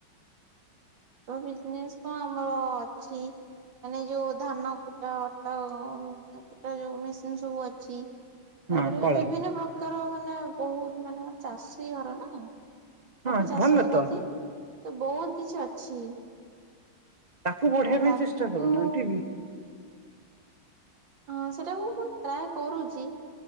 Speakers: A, on the right; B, on the right.
A: ତ ବିଜନେସ କଣ ଆମର ଅଛି। ମାନେ ଯୋଉ ଧାନ କୁଟା ଅଟା କୁଟା ଯୋଉ ମେସିନ ସବୁ ଅଛି। ତାପରେ
B: ହଁ କଳ
A: ବିଭିନ୍ନ ପ୍ରକାର ମାନେ ବହୁତ ମାନେ ମ ଚାଷୀ ଘର ନା।
B: ହଁ
A: ବାପା ଚାଷ
B: ଭଲ
A: କରନ୍ତି
B: ତ
A: ତ ବହୁତ କିଛି ଅଛି।
B: ତାକୁ ବଢେଇବା
A: ତ
B: ପାଇଁ
A: ତାକୁ
B: ଚେଷ୍ଟା କରନ୍ତୁ। <inaudible>
A: ହଁ ସେଟାକୁ ମୁଁ ଟ୍ରାଏ କରୁଚି।